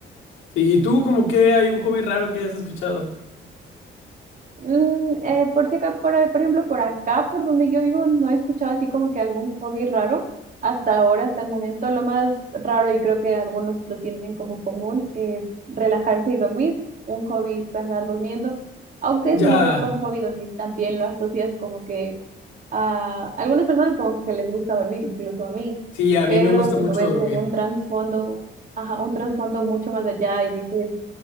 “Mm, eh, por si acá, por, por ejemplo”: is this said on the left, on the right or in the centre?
Right